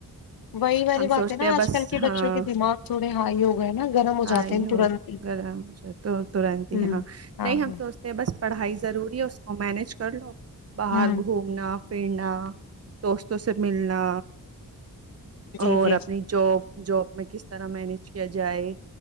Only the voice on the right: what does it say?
ہم
سوچتے
ہیں
بس
ہاں
ہی
ہو
گر مھے تو ترنت ہی
ہاں
نہیں ہم
سوچتے ہیں بس پڑھائی ضرور اس کو مینج کر لو باہر
نا پھرنا دوستوں سے ملنا
اور
اپنی جو جاب میں کس طرح مینج کیا جائے